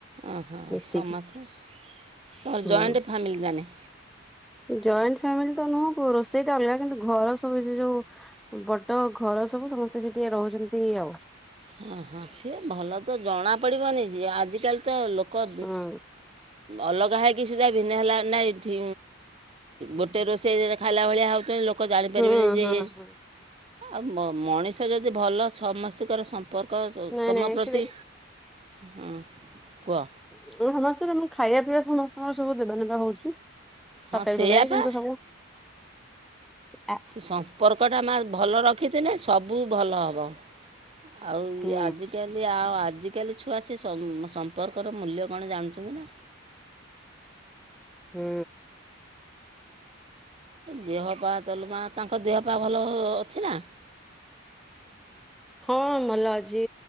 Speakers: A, on the right; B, in the centre.
A: ଓ ହଁ
B: ମିଶିକି
A: ସମସ୍ତେ ତୋର
B: ହୁଁ
A: ଜଏଣ୍ଟ ଫ୍ୟାମିଲି ଜାନେ।
B: ଜଏଣ୍ଟ ଫ୍ୟାମିଲି ତ ନୁହଁ ରୋଷେଇଟା ଅଲଗା କିନ୍ତୁ ଘର ସବୁ ଜେ ଯୋଉ ବଟ ଘର ସବୁ ସମସ୍ତେ ସେ ଟିକେ ରହୁଛନ୍ତି। ହଉ।
A: ହଁ ହଁ ସିଏ ଭଲ ତ ଜଣାପଡ଼ିବନି ଯେ ଆଜିକାଲି ତ ଲୋକ ଉଁ
B: ହୁଁ
A: ଅଲଗା ହେକି ସୁଧା ଭିନ୍ ହେଲା ନାଇଁଠି ଗୋଟେ ରୋଷେଇ ଖାଇଲା ଭଳିଆ ହଉଛନ୍ତି। ଲୋକ ଜାଣିପାରିବେନି
B: ହୁଁ
A: ଯେ
B: ହୁଁ
A: ଇଏ
B: ହୁଁ
A: ଆଉ ମଣିଷ ଯଦି ଭଲ ସମସ୍ତଙ୍କର ସମ୍ପର୍କ
B: ନାଇଁ
A: ତୁମ
B: ନାଇଁ
A: ପ୍ରତି
B: ଆକ୍ଚୁଆଲି
A: ହ କୁହ।
B: ସମସ୍ତେ ମୁଁ ଖାଇବା ପିଇବା ସମସ୍ତଙ୍କର ସବୁ ଦେବା ନେବା ହଉଛି।
A: ହଁ
B: ତକାରୀ
A: ସେଇଆ
B: ଫକାରୀ
A: ପା
B: କିନ୍ତୁ ସବୁ ଆ
A: ସମ୍ପର୍କ ଟା ମା ଭଲ ରଖିଥିଲେ ସବୁ ଭଲ ହବ। ଆଉ
B: ହୁଁ
A: ଇ ଆଜିକାଲି ହେ ଆଉ ଆଜିକାଲି ଛୁଆ ସେ ସମ୍ପର୍କର ମୂଲ୍ୟ କଣ ଜାଣୁଛନ୍ତି ନା।
B: ହୁଁ।
A: ଦେହ ପା ତଲ ମା ତାଙ୍କ ଦେହପା ଭଲ ଅଛି ନା।
B: ହଁ ଭଲ ଅଛି